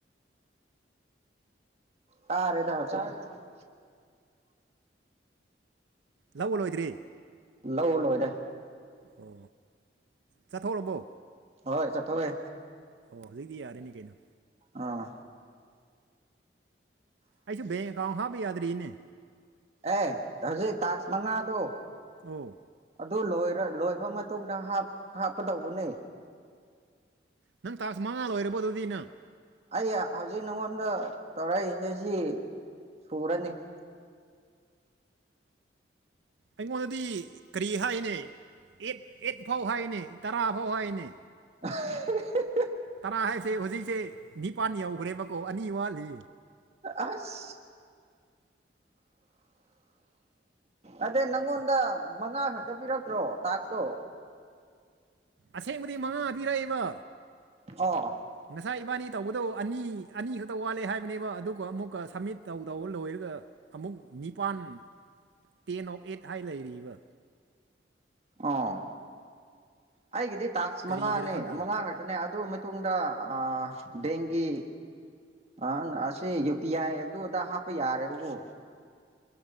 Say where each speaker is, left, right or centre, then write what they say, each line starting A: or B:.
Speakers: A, on the right; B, on the right.
A: ꯇꯥꯔꯦꯗ ꯍꯧꯖꯤꯛ <unintelligible>
B: ꯂꯧꯕ ꯂꯣꯏꯗ꯭ꯔꯤ
A: ꯂꯧꯕ ꯂꯣꯏꯔꯦ
B: ꯑꯣ ꯆꯠꯊꯣꯛꯔꯕꯣ
A: ꯍꯣꯏ ꯆꯠꯊꯣꯛꯑꯦ
B: ꯑꯣ ꯍꯨꯖꯤꯛꯇꯤ ꯌꯥꯔꯦꯅꯦ ꯀꯩꯅꯣ
A: ꯑꯥ
B: ꯑꯩꯁꯨ ꯕꯦꯡꯛ ꯑꯦꯀꯥꯎꯟ ꯍꯥꯞꯄ ꯌꯥꯗ꯭ꯔꯤꯅꯦ
A: ꯑꯦ ꯍꯧꯖꯤꯛ ꯇꯥꯛꯁ ꯃꯉꯥꯗꯣ
B: ꯑꯧ
A: ꯑꯗꯨ ꯂꯣꯏꯔ ꯂꯣꯏꯕ ꯃꯇꯨꯡꯗ ꯍꯥꯞ ꯍꯥꯞꯀꯗꯧꯕꯅꯦ
B: ꯅꯪ ꯇꯥꯛꯁ ꯃꯉꯥ ꯂꯣꯏꯔꯕꯣ ꯑꯗꯨꯗꯤ ꯅꯪ
A: ꯑꯩ ꯍꯧꯖꯤꯛ ꯅꯉꯣꯟꯗ ꯇꯧꯔꯛꯏꯁꯦ ꯁꯤ ꯁꯨꯔꯅꯤ <inaudible>
B: ꯑꯩꯉꯣꯟꯗꯗꯤ ꯀꯔꯤ ꯍꯥꯏꯅꯦ ꯑꯦꯠ ꯑꯦꯠ ꯐꯥꯎ ꯍꯥꯏꯅꯦ ꯇꯔꯥ ꯐꯥꯎ ꯍꯥꯏꯅꯦ
A: <unintelligible>
B: ꯇꯥꯔꯥ ꯍꯥꯏꯁꯦ ꯍꯨꯖꯤꯛꯁꯦ ꯅꯤꯄꯥꯟ ꯌꯧꯒ꯭ꯔꯦꯕꯀꯣ ꯑꯅꯤ ꯋꯥꯠꯂꯤ
A: ꯑꯁ ꯑꯗꯩ ꯅꯪꯉꯣꯟꯗ ꯃꯉꯥ ꯈꯛꯇ ꯄꯤꯔꯛꯇ꯭ꯔꯣ ꯇꯥꯛꯁꯇꯣ
B: ꯑꯁꯦꯡꯕꯗꯤ ꯃꯉꯥ ꯄꯤꯔꯛꯏꯕ
A: ꯑꯣ
B: ꯉꯁꯥꯏ ꯏꯕꯥꯅꯤ ꯇꯧꯕ ꯗꯣ ꯑꯅꯤ ꯑꯅꯤ ꯈꯛꯇ ꯋꯥꯠꯂꯦ ꯍꯥꯏꯕꯅꯦꯕ ꯑꯗꯨꯒ ꯑꯃꯨꯛꯀ ꯁꯕꯃꯤꯠ ꯇꯧꯗꯧꯕ ꯂꯣꯏꯔꯒ ꯑꯃꯨꯛ ꯅꯤ ꯄꯥꯥꯟ ꯇꯦꯟ ꯑꯣꯐ ꯑꯦꯠ ꯍꯥꯏ ꯂꯩꯔꯤꯕ
A: ꯑꯣ ꯑꯩꯒꯤꯗꯤ ꯇꯥꯛꯁ
B: ꯀꯔꯤꯒꯤꯔ
A: ꯃꯉꯥꯅꯦ
B: ꯈꯪꯗꯦ
A: ꯃꯉꯥ ꯈꯛꯇꯅꯦ ꯑꯗꯨ ꯃꯇꯨꯡꯗ ꯑꯥ ꯕꯦꯡꯒꯤ ꯑꯥ ꯑꯁꯤ ꯌꯨ ꯄꯤ ꯑꯥꯏ ꯑꯗꯨ ꯑꯗ ꯍꯥꯞꯄ ꯌꯥꯔꯦꯕꯀꯣ